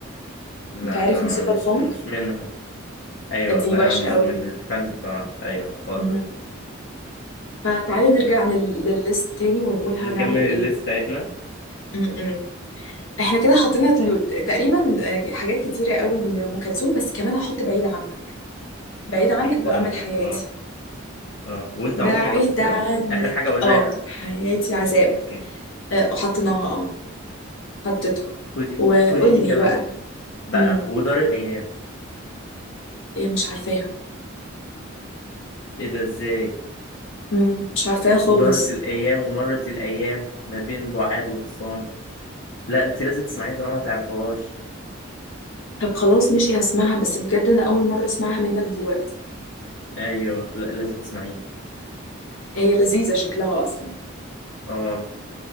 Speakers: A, on the left; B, on the left.
A: لا
B: أنت عارف
A: انا
B: موسيقى
A: مش
B: الفونك
A: مش منها ايوه
B: آه، دي
A: بقى
B: وحشة
A: انا مش
B: قوي
A: من الفانز بتاعها ايوه خالص
B: مهم. فتعالي نرجع لل- للليست تاني ونقول هنعمل
A: نكمل
B: إيه
A: الليست بتاعتنا
B: م-م. إحنا كده حطينا
A: في
B: تلو... تقريبا آه، حاجات كتيرة قوي لأم كلثوم بس كمان هحط بعيد عنك بعيد عنك
A: بعيد
B: وأمل
A: عنك
B: حياتي
A: اه اه وانت
B: بعيدة
A: عمري حطيتيها
B: عنك
A: اخر حاجة قلناها
B: اه حياتي عذاب
A: اوكي
B: آه، وحطيناها اه حطيتها
A: خدي
B: وقولي
A: خدي دي كمان
B: بقى
A: بقى
B: امم
A: ودار الايام
B: ايه مش عارفاها
A: ايه ده ازاي
B: امم مش عارفاها خالص
A: ودارت الأيام ومرت الأيام ما بين بعاد وخصام لا أنت لازم تسمعيها طالما ما تعرفهاش
B: طب خلاص ماشي هسمعها بس بجد انا اول مرة اسمعها منك دلوقتي
A: أيوه لا لازم تسمعيها
B: هي لذيذة شكلها اصلا
A: اه